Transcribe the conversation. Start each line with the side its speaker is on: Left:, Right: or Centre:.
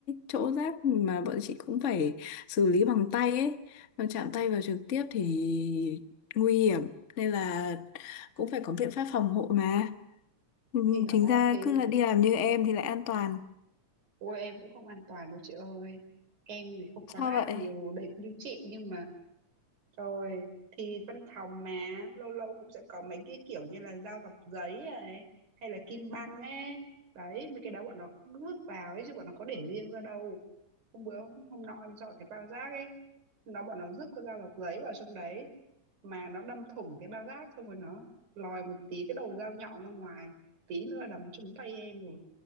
Left: chỗ rách mà bọn chị cũng phải xử lý bằng tay ấy còn chạm tay vào trực tiếp thì nguy hiểm nên là cũng phải có biện pháp phòng hộ mà Ừ,
Right: Thì đó
Left: chính ra
Right: thì
Left: cứ là đi làm như em thì lại an toàn
Right: ôi em cũng không an toàn đâu chị ơi Em thì không có
Left: sao
Right: rác
Left: vậy
Right: nhiều đấy như chị nhưng mà Rồi thì văn phòng mà lâu lâu cũng sẽ có mấy cái kiểu như là dao dọc giấy này hay là kim băng ấy. Đấy, mấy cái đó bọn nó cũng vứt vào ấy chứ bọn nó có để riêng ra đâu. Hôm bữa hôm nọ em dọn cái bao rác ấy, nó bọn nó vứt cái dao dọc giấy vào trong đấy mà nó đâm thủng cái bao rác xong rồi nó lòi một tí cái đầu dao nhọn ra ngoài, tí nữa là đấm trúng tay em rồi.